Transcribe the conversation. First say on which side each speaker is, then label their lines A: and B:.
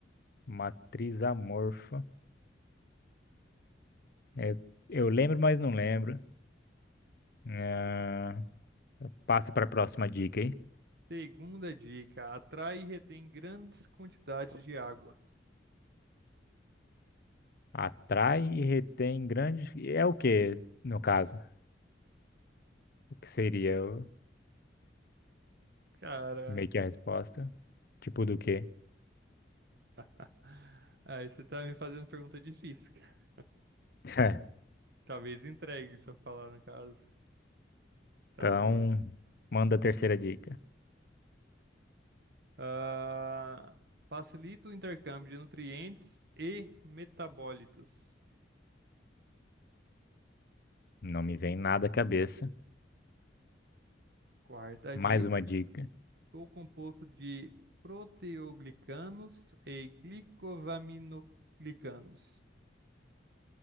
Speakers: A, on the left (about 60°); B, on the right (about 65°).
A: Matriz amorfa. É, eu lembro, mas não lembro. Ah, passa pra próxima dica, hein?
B: Segunda dica: atrai e retém grandes quantidades de água.
A: Atrai e retém grandes. É o que no caso? O que seria o-
B: Cara,
A: meio que a resposta? Tipo do quê?
B: <laughs> aí você tá me fazendo pergunta difícil, cara.
A: <laughs>
B: Talvez entregue se eu falar no caso. Então,
A: Então, manda a terceira dica.
B: ah, facilita o intercâmbio de nutrientes e metabólitos.
A: Não me vem nada à cabeça.
B: Quarta
A: Mais
B: dica.
A: uma dica.
B: Sou composto de proteoglicanos e glicovaminoglicanos.